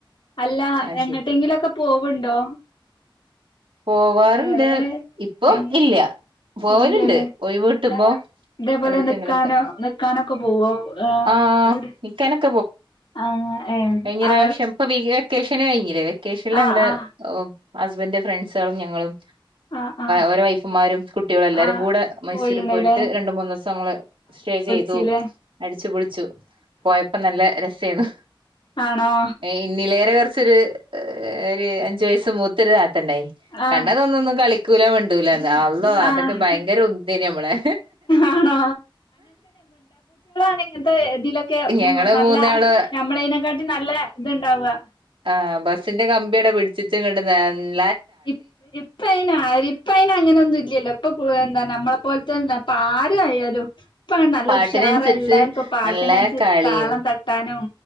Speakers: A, on the left; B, on the right.
A: അല്ല
B: അത്
A: എങ്ങട്ടെങ്കിലൊക്കെ
B: ശരി
A: പോവുണ്ടോ
B: പോവാറുണ്ട്
A: ഏ ഏ
B: ഇപ്പം
A: എ
B: ഇല്ല പോവലുണ്ട്
A: ഇല്ലല്ലേ
B: ഒഴിവുകിട്ടുമ്പോ
A: ഏ ഇതേപോലെ
B: എവിടക്കെങ്കിലൊക്കെ
A: നിക്കാനോ നിക്കാനൊക്കെ പോവോ ആ
B: ആക്കനക്ക്
A: എട് ആ ഏ
B: എങ്ങനെഷംപ്പ
A: ആ
B: വക വെക്കേഷന് കഴിഞ്ഞില്ലേ വെക്കേഷനിൽ
A: ആ
B: ഞങ്ങള് ഹസ്ബൻഡ് ഫ്രണ്ട്സുകളും ഞങ്ങളും
A: ആ ആ ആ
B: ഓര വൈഫുമാരും കുട്ടികളും എല്ലാരും
A: ആ
B: കൂടെ
A: പോയിണല്ലേ
B: മൈസൂരിൽ പോയിട്ട് രണ്ടുമൂന്നു ദിവസം നങ്ങൾ സ്റ്റേ ചെയ്തു
A: ചില
B: <unintelligible> പൊളിച്ചു പോയപ്പോ നല്ല രസാരുന്നു
A: ആണോ
B: എന്നിലേറെ കുറച്ചു ഏ ഒരു അഞ്ചു വയസ്സ്‌ മൂത്തൊരു താത്തണ്ടായിനി
A: ആ ആ
B: കണ്ടാതോന്നൊന്നും കളിക്കൂലമിണ്ടൂ ണ്ടൂലാന്ന് ആള്ളോ അതൊക്കെ
A: ആ
B: ഭയങ്കര ഉന്തേന് നമ്മളെ
A: ആണോ? ന്നെ ഇങ്ങൻത്തവേ ഇതിലൊക്കെ
B: ഞങ്ങള്
A: ഉം നല്ല
B: മൂന്നാള്
A: നമ്മളേയ്നെകാട്ടിം നല്ല ഇത്ണ്ടാവാ
B: ആഹ് ബസ്സിന്റെ കമ്പിയടെ പിടിച്ചിട്ട് ങ്ങട് <unintelligible>
A: ഇപ് ഇപ്പയിന് ആരിം ഇപ്പ അയിന് അങ്ങനൊന്നുല്ല്യല്ലോ ഇപ്പൊ ഏ എന്താ നമ്മളെ പോൽത്തെന്നർ പ്പാരായാലും പ്പത് നല്ല
B: പാട്ടിനനുസരിച്ച്
A: ഉഷാറല്ലാർക്കും പാട്ടിനനുസരിച്ച്
B: നല്ല കളിയേന്നു
A: താളം തട്ടാനും